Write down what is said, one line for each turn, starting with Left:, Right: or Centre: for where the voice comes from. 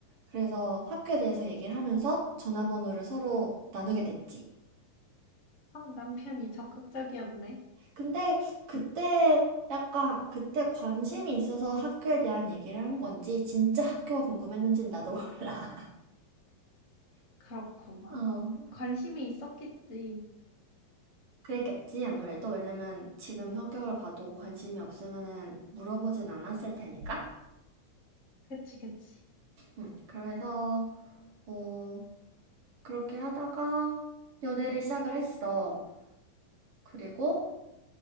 Right: 그래서 학교에 대해서 얘기를 하면서 전화번호를 서로 나누게 됐지.
Left: 아, 남편이 적극적이었네.
Right: 근데 그때 약간 그때 관심이 있어서 학교에 대한 얘기를 한 건지 진짜 학교가 궁금했는지 나도 몰라.
Left: 그렇구만.
Right: <laughs> 어.
Left: 뭐 관심이 있었겠지.
Right: 그랬겠지, 아무래도. 왜냐면 지금 성격을 봐도 관심이 없으면은 물어보진 않았을 테니까.
Left: 그치, 그치.
Right: 음, 그래서, 어, 그렇게 하다가 연애를 시작을 했어. 그리고